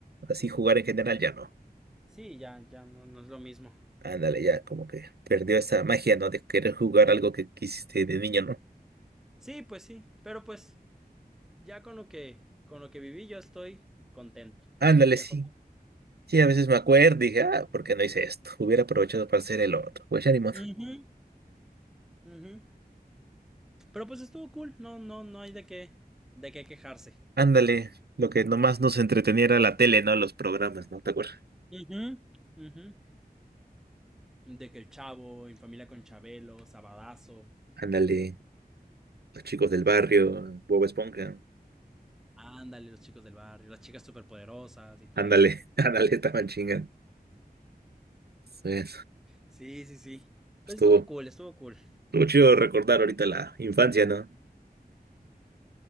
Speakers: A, on the right; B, in the centre.
A: así jugar en general ya no.
B: Sí, ya, ya no, no es lo mismo.
A: Ándale, ya como que perdió esa magia, ¿no? De querer jugar algo que quisiste de niño, ¿no?
B: Sí, pues sí. Pero pues, ya con lo que, con lo que viví, yo estoy contento.
A: Ándale,
B: No me quejo.
A: sí. Sí, a veces me acuerdo, y dije, ah, ¿por qué no hice esto? Hubiera aprovechado para hacer el otro. Pues ya ni modo.
B: Ujú, ujú. Pero pues estuvo cool. No, no, no hay de qué, de qué quejarse.
A: Ándale, lo que nomás nos entretenía era la tele, ¿no? Los programas, ¿no? ¿Te acuerdas?
B: Ujú, ujú. De que el Chavo, En Familia con Chabelo, Sabadazo.
A: Ándale, los chicos del barrio, Bob Esponja.
B: Ándale, los chicos del barrio, las chicas superpoderosas y todo
A: Ándale,
B: eso.
A: <laughs> ándale, estaban chingando. Sí,
B: Sí, sí, sí.
A: estuvo,
B: Pues estuvo cool, estuvo cool.
A: estuvo chido recordar ahorita la infancia, ¿no?